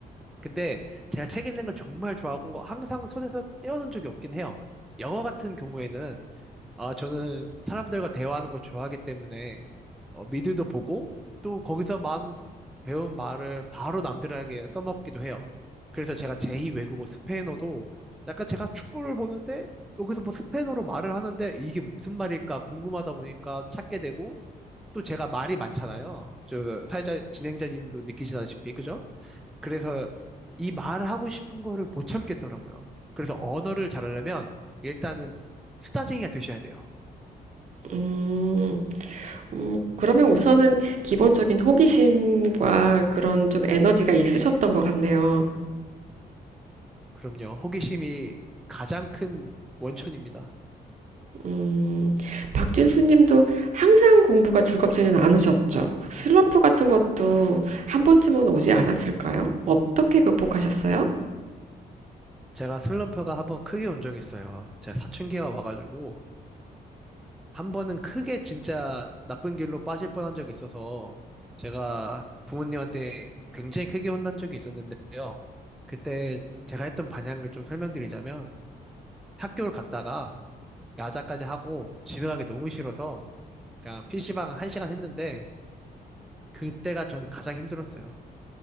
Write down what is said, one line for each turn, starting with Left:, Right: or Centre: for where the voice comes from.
Centre: 근데 제가 책 읽는 걸 정말 좋아하고, 항상 손에서 떼어놓은 적이 없긴 해요. 영어 같은 경우에는 아, 저는 사람들과 대화하는 걸 좋아하기 때문에, 어, 미드도 보고, 또 거기서 만, 배운 말을 바로 남들에게 써먹기도 해요. 그래서 제가 제2 외국어 스페인어도, 약간 제가 축구를 보는데, 여기서 뭐 스페인어로 말을 하는데, 이게 무슨 말일까 궁금하다 보니까 찾게 되고, 또 제가 말이 많잖아요. 저, 사회자, 진행자님도 느끼시다시피, 그죠? 그래서 이 말을 하고 싶은 거를 못 참겠더라고요. 그래서 언어를 잘하려면, 일단은 수다쟁이가 되셔야 돼요.
Right: 음, 음, 그러면 우선은 기본적인 호기심과 그런 좀 에너지가 있으셨던 것 같네요.
Centre: 그럼요. 호기심이 가장 큰 원천입니다.
Right: 음, 박진수 님도 항상 공부가 즐겁지는 않으셨죠. 슬럼프 같은 것도 한 번쯤은 오지 않았을까요? 어떻게 극복하셨어요?
Centre: 제가 슬럼프가 한번 크게 온 적이 있어요. 제가 사춘기가 와가지고 한 번은 크게 진짜 나쁜 길로 빠질 뻔한 적이 있어서 제가 부모님한테 굉장히 크게 혼난 적이 있었는데요. 그때 제가 했던 반향을 좀 설명드리자면 학교를 갔다가 야자까지 하고 집에 가기 너무 싫어서 그냥 PC방 한시간 했는데 그때가 전 가장 힘들었어요.